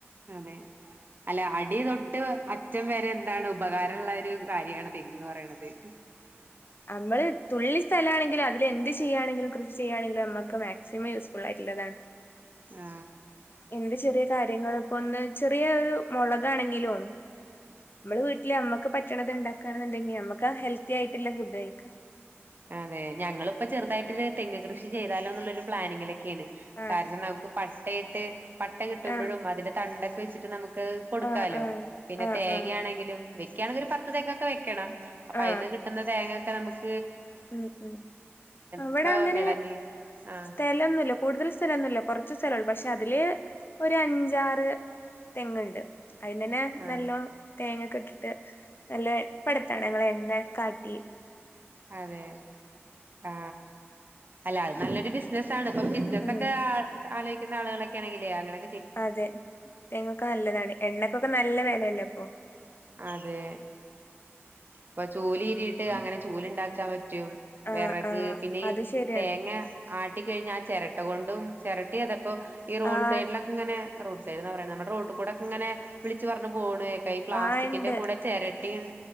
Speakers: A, on the right; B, on the left.
A: അതെ അല്ല അടി തൊട്ട് അറ്റം വരെ എന്താണ് ഉപകാര ഉള്ള ഒരു കാര്യാണ് തെങ്ങ് പറയണത് <inaudible>
B: അമ്മള് തുള്ളി സ്ഥലാണെങ്കില് അത് എന്ത് ചെയ്യാണെങ്കിലും കൃഷി ചെയ്യാണെങ്കിലും നമ്മക്ക് മാക്സിമം യൂസ്ഫുൾ ആയിട്ടുള്ളതാണ്
A: ആ
B: എന്ത് ചെറിയ കാര്യങ്ങളും ഇപ്പ ഒന്ന് ചെറിയ ഒരു മൊളകാണെങ്കിലും മ്മള് വീട്ടില് നമ്മക്ക് പറ്റണത് ഇണ്ടാക്കാണെങ്കിന്നുണ്ടെങ്കി നമ്മക്ക് ആ ഹെൽത്തി ആയിട്ടുള്ള ഫുഡ് കഴിക്കാം
A: അതെ ഞങ്ങളിപ്പോ ചെറുതായിട്ടൊരു തെങ്ങ് കൃഷി ചെയ്താലോ എന്നുള്ള പ്ലാനിങ്ങിലൊ ക്കെയാണ്
B: ആഹ്
A: കാരണം നമുക്ക് പട്ട് ട്ടേട്ട് പട്ട കിട്ടുമ്പോഴും
B: ആഹ്
A: അതിന്റെ തണ്ട് വച്ചിട്ട് നമുക്ക് ക്ക് കൊടുക്കാലോ
B: ആഹ് ആഹ്
A: പിന്നെ
B: ആഹ്
A: തേങ്ങയാണെങ്കിലും
B: ആഹ്
A: മിസ്സ്‌ വക്കണങ്ക ഒരു പത്ത് തേങ്ങൊക്കെ വെക്കണം അപ്പൊ
B: ആഹ്
A: അയിന്ന് കിട്ടുന്ന തേങ്ങെ നമക്ക്
B: ഉം ഉം അവിടെ
A: ഇപ്പൊ
B: അങ്ങനെ
A: ഇളനീർ ആഹ്
B: സ്ഥലൊന്നുമല്ല കൂടുതൽ സ്ഥലൊന്നുമല്ല കുറച്ച് സ്ഥലള്ള പക്ഷെ അതില് ഒരു അഞ്ചാറ് തെങ്ങുണ്ട് അയിന് തന്നെ
A: ആഹ്
B: നല്ലോ തേങ്ങ ക്ക്ട്ടിട്ട് നല്ല പട്ത്താണ് ഞങ്ങളെണ്ണ കാട്ടി
A: അതെ ആ അല്ല അത് നല്ലൊരു ബിസിനസ്സാണ് ഇപ്പൊ ബിസിനസ്
B: ഉം
A: ഒക്കെ ആ ആലോയ് ന്ന ആളുകളൊക്കെ ആണെങ്കിലേ അങ്ങനൊ
B: അതെ തെങ്ങൊക്കെ നല്ലതാണ് എണ്ണക്കൊക്കെ നല്ല വെലല്ലെ പ്പൊ
A: അതെ ഇപ്പൊ ചൂലി ഇരിയിട്ട് അങ്ങനെ ചൂല് ണ്ടാക്കാ പ റ്റും
B: ആഹ്
A: വെറക്
B: ആഹ്
A: പിന്നെ
B: അത്
A: ഇ
B: ശരിയാണ്
A: തേങ്ങ ആട്ടിക്കഴഞ്ഞാ ആ ചെര ട്ടകൊണ്ടും ചെരട്ടിയതെ പ്പൊ ഈ റോഡ്
B: ആഹ്
A: സൈടിലൊക്കെങ്ങനെ റോഡ് സൈടെന്ന് പറയണ നമ്മടെ റോട്ട്കൂടെക്കെങ്ങനെ വിളിച്ച് പറഞ്ഞ് പോണെ പ്ലാസ്റ്റിക്കിന്റെ
B: ആഹ് ഇണ്ട്
A: കൂടെ ചെര ട്ടേണ്